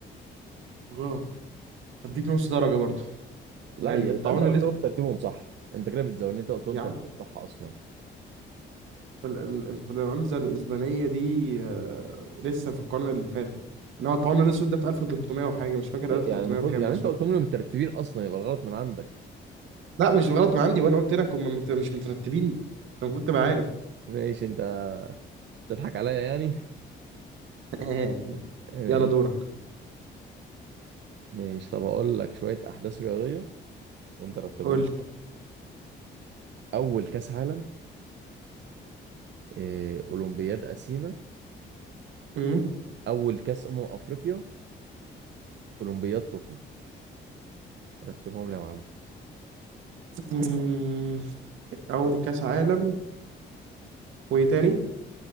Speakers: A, on the right; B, on the right.
A: غلط هديك نص درجة برضو
B: لا
A: لأن
B: يبقى
A: الطاعون
B: أنت قلت
A: الأسود
B: لهم ترتيبهم صح أنت كده بتزودني أنت قلت لهم
A: يا
B: ترتيبهم
A: عم
B: صح أصلا
A: ال- ال- الإنفلونزا الإسبانية دي آه، لسه في القرن اللي فات إنما الطاعون الأسود ده في 1300 وحاجة مش فاكر
B: يعني
A: 1300
B: المفروض
A: وكام
B: يعني
A: بس
B: انت
A: هو
B: قلت لهم مترتبين اصلا يبقى الغلط من عندك
A: لا مش غلط من عندي وأنا قلت لك هم مت... مش مترتبين أنت المفروض تبقى
B: آه.
A: عارف
B: ماشي انت بتضحك عليا يعني
A: <laughs>
B: <laughs> ماشي.
A: يلا دورك
B: ماشي طب هقول لك شوية أحداث رياضية وأنت رتبهم
A: قول
B: لي
A: لي
B: أول كأس عالم آه، أولمبياد أثينا
A: مم.
B: أول كأس أمم أفريقيا أولمبياد طوكيو رتبهم لي يا معلم
A: مم. أول كأس عالم وإيه تاني